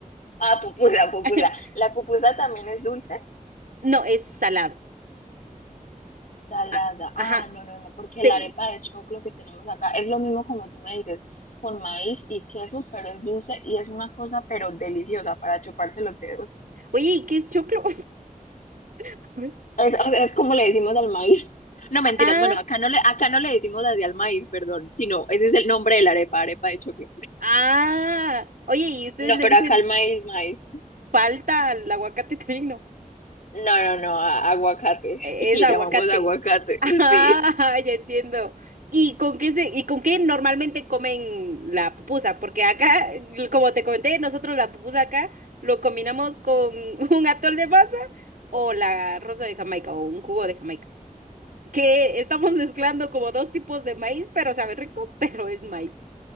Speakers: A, on the left (about 65°); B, on the right (about 75°).
A: Ah, pupusa, pupusa.
B: <laughs>
A: La pupusa también es dulce,
B: No, es salado.
A: Salada.
B: Ah, Ajá.
A: Ah, no, no, no, porque
B: Te-
A: la arepa de choclo que tenemos acá es lo mismo como tú me dices, con maíz y queso, pero es dulce y es una cosa, pero deliciosa para chuparse los dedos.
B: Oye, ¿y qué es choclo? <laughs>
A: Es, o sea, es como le decimos al maíz. <laughs> No, mentiras.
B: Ah,
A: Bueno, acá no le, acá no le decimos así al maíz, perdón, sino ese es el nombre de la arepa, arepa de choclo.
B: ah. Oye, ¿y ustedes
A: No,
B: le
A: pero
B: dicen
A: acá el maíz, maíz.
B: palta al aguacate también? No,
A: No, no, no, a- aguacate.
B: E-
A: <laughs> Le
B: es aguacate.
A: llamamos aguacate,
B: Ah,
A: <laughs> sí.
B: <laughs> ya entiendo. ¿Y con qué se, y con qué normalmente comen la pupusa? Porque acá, como te comenté, nosotros la pupusa acá lo combinamos con <laughs> un atol de masa o la rosa de Jamaica o un jugo de Jamaica. Que estamos mezclando como dos tipos de maíz, pero sabe rico, <laughs> pero es maíz